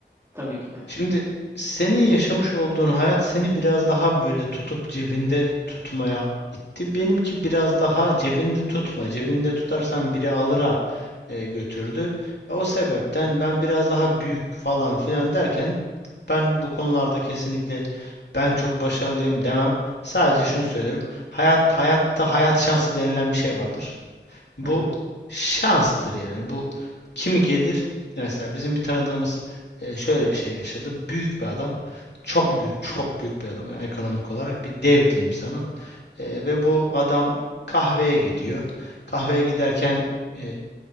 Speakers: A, on the right; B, on the left.
A: tabii ki de.
B: Şimdi senin yaşamış olduğun hayat seni biraz daha böyle tutup cebinde tutmaya itti. Benimki biraz daha cebinde tutma. Cebinde tutarsan biri alıra e, götürdü. E, O sebepten ben biraz daha büyük falan filan derken ben bu konularda kesinlikle ben çok başarılıyım demem. Sadece
A: Hı hı,
B: şunu söylerim. Hayat hayatta hayat şansı denilen bir şey vardır. Bu
A: hı hı,
B: şanstır yani. Bu kimi gelir? Mesela bizim bir tanıdığımız e, şöyle bir şey yaşadı. Büyük bir adam. Çok
A: hı hı,
B: büyük, çok büyük bir adam. Yani ekonomik olarak bir dev diyeyim sana. E, ve bu adam kahveye gidiyor. Kahveye giderken e,